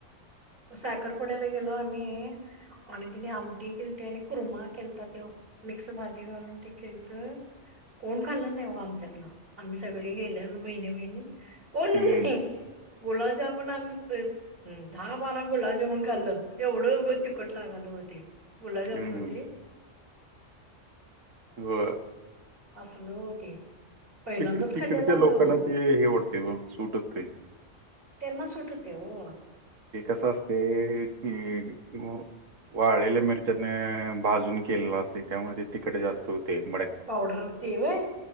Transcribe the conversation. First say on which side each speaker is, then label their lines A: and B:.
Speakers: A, on the right (about 45°); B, on the right (about 75°).
A: साखरपुड्याला गेलो आम्ही आणि तिने आमटी केलते आणि कुरमा केलता तेव मिक्स भाजी घालून ते केल तर कोण खाल्लं नाही व आमच्यातलं आम्ही सगळे गेलेलो बहिणी, बहिणी कोणच
B: हम्म
A: नाही गुलाबजामुन आम्ही <unintelligible> हम दहा, बारा गुलाबजामुन खाल्ल एवढंं तिखट‌ लागत होती गुलाबजामन
B: हम्म
A: होती
B: वय
A: असल होत पहिल्यांदाच
B: तिकड तिकडच्या
A: खाल्लेलो
B: लोकांना
A: आम्ही ओ
B: ते हे होतय मग सूट होत नाही
A: त्यांना सुट होतय ओ
B: ते कसं असतय की वाळलेल्या मिरच्याने भाजून केलेला असते त्यामुळे तिकट जास्त होतय मड
A: पावडर ते वय